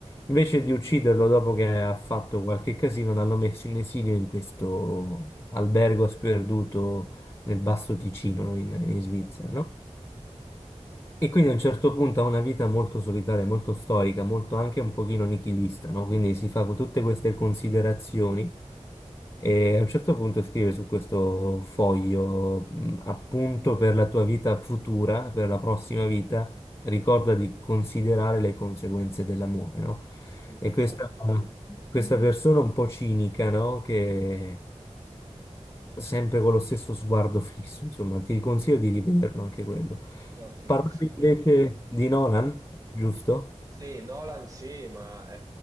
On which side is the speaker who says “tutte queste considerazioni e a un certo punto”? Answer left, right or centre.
Left